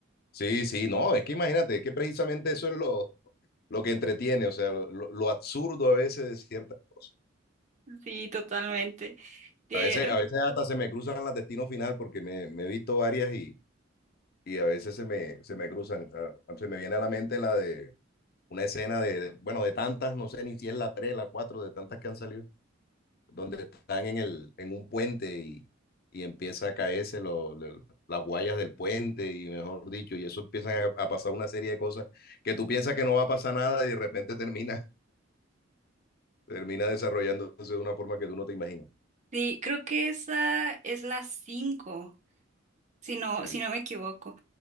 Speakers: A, on the left (about 50°); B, on the right (about 40°).
A: Sí, sí, no, es que imagínate que precisamente eso es lo, lo que entretiene, o sea, lo, lo absurdo a veces de ciertas cosas.
B: Sí, totalmente. Eh,
A: A veces,
B: r-
A: a veces hasta se me cruzan las destino final porque me, me he visto varias y, y a veces se me, se me cruzan. Ah, ah, se me viene a la mente la de una escena de, de- bueno, de tantas, no sé ni si es la 3, la 4, de tantas que han salido. donde están en el, en un puente y, y empieza a caerse lo- lo- las guayas del puente y mejor dicho, y eso empiezan a, a pasar una serie de cosas que tú piensas que no va a pasar nada y de repente termina, <laughs> termina desarrollándose de una forma que tú no te imaginas.
B: sí, creo que esa es la cinco, si no,
A: Sí.
B: si no me equivoco.